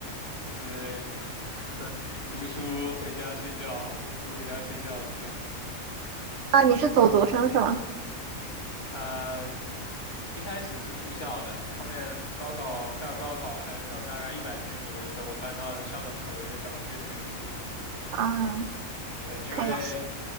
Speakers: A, on the left (about 20°); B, on the right (about 65°).
A: 就是 <laughs> 读书回家睡觉，读书回家睡觉这个样子。
B: 啊，你是走读生是吗？
A: 啊，一开始是住校的，后面高考快要高考，还有剩大概一百天左右的时候，我搬到了校门口的一个小区里面住。
B: 嗯，
A: 对，因为
B: 可以。